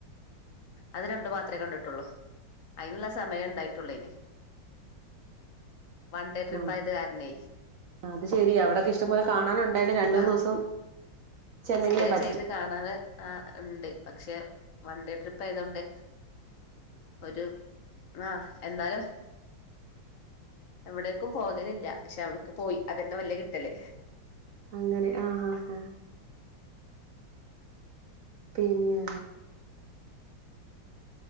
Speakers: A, on the left (about 55°); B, on the right (about 70°).
A: അത് രണ്ടു മാത്രമേ കണ്ടിട്ടുള്ളൂ അയിനുള്ള സമയേ ഉണ്ടായിട്ടുള്ളേനി വൺഡേ ട്രിപ്പായത്
B: നം
A: കാരണേ
B: അത് ശെരി അവിടക്കെ ഇഷ്ടംപോലെ കാണാനുണ്ടായിണ്ട് രണ്ടൂന്ന്
A: കാ
B: ദിവസം ചെന്നെങ്കിലേ
A: സ്റ്റേ
B: പറ്റു
A: ചെയ്ത് കാണാന്. ആഹ് ഉണ്ട് പക്ഷെ വൺഡേ ട്രിപ്പായതോണ്ട് ഒരു ആഹ് എന്നാലും എവിടേക്കും പോകലില്ല പക്ഷെ അവിടക്ക് പോയി അതന്നെ വല്യ കിട്ടല്
B: അങ്ങനെ ആഹ് ആഹ് ആഹ് പിന്നെ